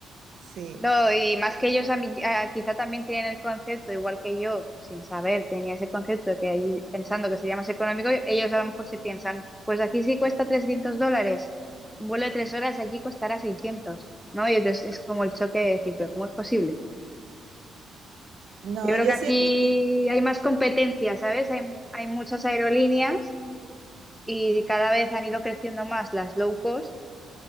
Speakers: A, on the right; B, in the centre.
A: Sí.
B: No, y más que ellos a mí- a- quizá también tienen el concepto, igual que yo, sin saber, tenía ese concepto que ahí pensando que sería más económico, ellos a lo mejor se piensan, pues aquí sí cuesta 300 dólares, un vuelo de tres horas allí costará seiscientos ¿no? Y entonces es como el choque de decir, pero ¿cómo es posible?
A: No,
B: Yo creo
A: yo
B: que aquí
A: siento que,
B: hay más competencia, ¿sabes? Hay, hay muchas aerolíneas y cada vez han ido creciendo más las low cost